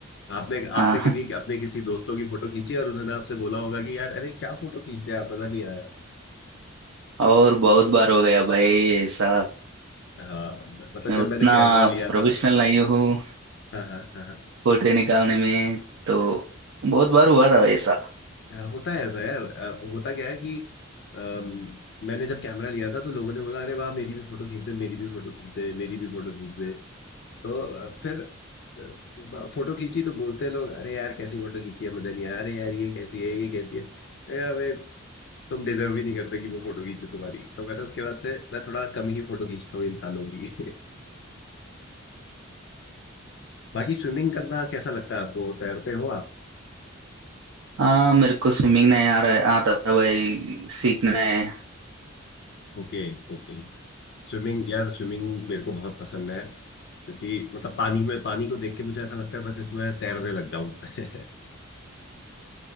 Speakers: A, on the left (about 55°); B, on the right (about 80°).
A: आपने
B: हाँ
A: आपने कभी अपने किसी दोस्तों की फोटो खींची और उन्होंने आपसे बोला होगा कि यार अरे क्या फोटो खींच लिया मजा नहीं आया
B: <laughs> और बहुत बार हो गया भाई ऐसा
A: हाँ मतलब
B: मैं
A: जब
B: उतना
A: मैंने कैमरा लिया
B: प्रोफेशनल
A: था
B: नहीं हूँ
A: हाँ हाँ हाँ हाँ
B: फोटो निकालने में तो बहुत बार हुआ था ऐसा
A: हाँ, होता है ऐसा यार अ, होता क्या है कि अम, मैंने जब कैमरा लिया था तो लोगों ने बोला अरे वाह मेरी भी फोटो खींच दे मेरी भी फोटो खींच दे मेरी भी फोटो खींच दे तो फिर अ, फोटो खींची तो बोलते हैं लोग अरे यार कैसी फोटो खींची है मदन यार अरे यार ये कैसी है ये कैसी है अरे अबे तुम डिजर्व भी नहीं करते कि मैं फोटो खींचूं तुम्हारी तो मैंने उसके बाद से मैं थोड़ा कम ही फोटो खींचता हूँ इंसानों की <laughs> बाकी स्विमिंग करना कैसा लगता है आपको तैरते हो आप
B: हाँ मेरे को स्विमिंग नहीं आ रहा है आता था भाई सीखना है
A: Okay okay स्विमिंग यार स्विमिंग मेरे को बहुत पसंद है क्योंकि मतलब पानी में पानी को देख के मुझे ऐसा लगता है बस इसमें तैरने लग जाऊं <laughs>